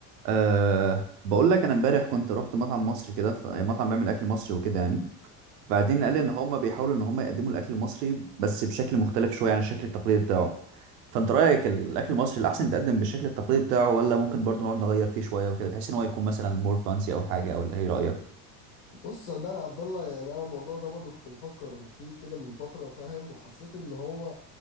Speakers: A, on the right (about 75°); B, on the left (about 70°).
A: أه بقول لك انا امبارح كنت رحت مطعم مصري كده ف- مطعم بيعمل اكل مصري وكده يعني فبعدين قال
B: مم.
A: لي ان هم بيحاولوا ان هم يقدموا الاكل المصري بس بشكل مختلف شويه عن الشكل التقليدي بتاعه فانت رايك الاكل المصري الاحسن يتقدم بالشكل التقليدي بتاعه ولا ممكن برضه نقعد نغير فيه شويه وكده بحيث ان هو يكون مثلا مور فانسي او حاجه ولا ايه رايك
B: بص صدقني يا عبد الله يعني انا الموضوع ده برضو كنت بفكر فيه كده من فتره فاهم وحسيت ان هو